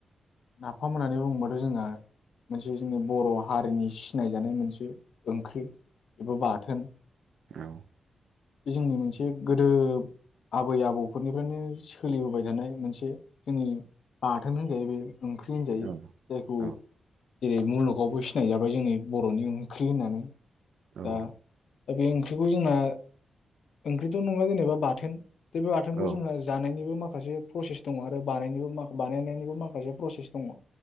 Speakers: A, on the left (about 70°); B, on the right (about 75°).
A: नाफाम होननानै बुङोबाथ' जोंना मोनसे जोंनि बर' हारिनि सिनायजानाय मोनसे ओंख्रि। एबा बाथोन।
B: औ
A: बे जोंनि मोनसे गोदो आबै आबौफोरनिफ्रायनो सोलिबोबाय थानाय मोनसे जोंनि बाथोन होनजायो बे। ओंख्रि होनजायो
B: औ
A: जायखौ
B: औ
A: जेरै मुलुगावबो सिनाय जाबाय जोंनि बर'नि ओंख्रि होननानै
B: औ
A: दा दा बे ओंख्रिखौ जोंना ओंख्रिथ' नङा जेनोबा बाथोन। बे-बे बाथोनखौ
B: औ
A: जोंहा जानायनिबो मा खासे प्रसेस दङ आरो बानायनिबो-बानायनायनिबो माखासे प्रसेस दङ।